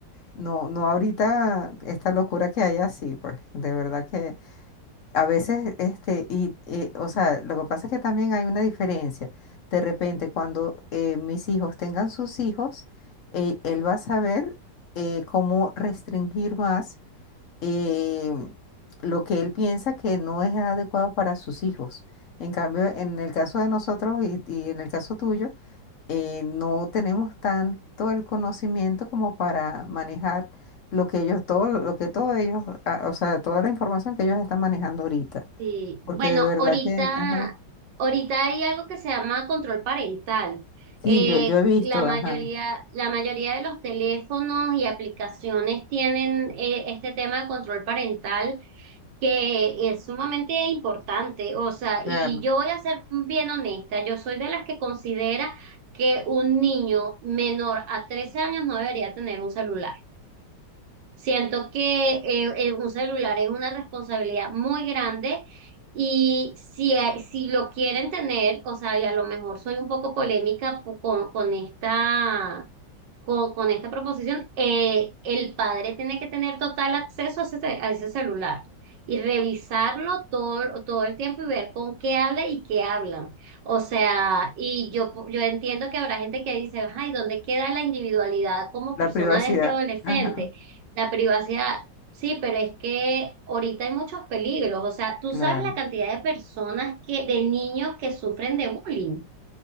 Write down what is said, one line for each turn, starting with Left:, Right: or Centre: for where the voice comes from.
Left: No, no ahorita esta locura que hay así, pues, de verdad que a veces, este, y, eh, o sea, lo que pasa es que también hay una diferencia. De repente, cuando eh, mis hijos tengan sus hijos, eh, él va a saber eh, cómo restringir más eh, lo que él piensa que no es adecuado para sus hijos. En cambio, en el caso de nosotros y, y en el caso tuyo, eh, no tenemos tanto el conocimiento como para manejar lo que ellos, todo lo lo que todos ellos, ah, o sea, toda la información que ellos están manejando ahorita.
Right: Sí.
Left: Porque
Right: Bueno,
Left: de verdad
Right: ahorita,
Left: que, ajá,
Right: ahorita hay algo que se llama control parental.
Left: sí,
Right: Eh,
Left: yo, yo he visto,
Right: la mayoría,
Left: ajá,
Right: la mayoría de los teléfonos y aplicaciones tienen eh, este tema de control parental que es sumamente importante, o sea,
Left: claro,
Right: y yo voy a ser bien honesta, yo soy de las que considera que un niño menor a 13 años no debería tener un celular. Siento que eh, eh, un celular es una responsabilidad muy grande y si, eh, si lo quieren tener, o sea, y a lo mejor soy un poco polémica po- con, con esta con, con esta proposición, eh, el padre tiene que tener total acceso a ese, ce- a ese celular y revisarlo todo, todo el tiempo y ver con qué habla y qué hablan. O sea, y yo, yo entiendo que habrá gente que dice, ay, ¿dónde queda la individualidad como
Left: la
Right: persona
Left: privacidad,
Right: de este adolescente?
Left: ajá,
Right: La privacidad. Sí, pero es que ahorita hay muchos peligros. O sea, tú
Left: claro,
Right: sabes la cantidad de personas que, de niños que sufren de bullying